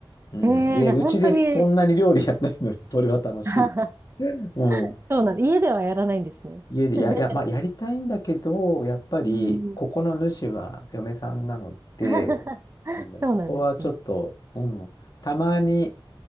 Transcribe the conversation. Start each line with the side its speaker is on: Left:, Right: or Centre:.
Left: うん。
Right: ええーじゃあ本当に
Left: で、うちでそんなに料理やんないのに、それは楽しいって。
Right: <laughs>
Left: うん。
Right: そうなんだ。家ではやらないんですね。
Left: 家でや、
Right: <laughs>
Left: いや、まあ、やりたいんだけど、やっぱり、
Right: うん
Left: ここの主は嫁さんなので、
Right: <laughs>
Left: うんそこはちょっと、
Right: そうなんですね。
Left: うん、たまに、